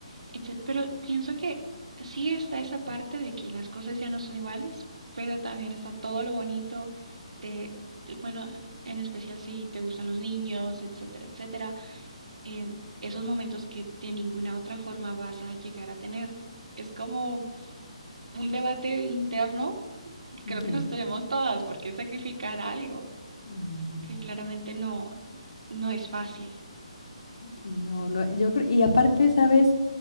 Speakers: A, on the right; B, on the left.
A: etcétera. Pero pienso que sí está esa parte de que las cosas ya no son iguales, pero también está todo lo bonito de, de- bueno, en especial si te gustan los niños, etcétera, etcétera, eh, esos momentos que de ninguna otra forma vas a llegar a tener. Es como un debate interno que
B: Ujú,
A: creo que nos tenemos todas, porque sacrificar algo
B: ujú.
A: que claramente no, no es fácil.
B: No, no, yo creo, y aparte, ¿sabes?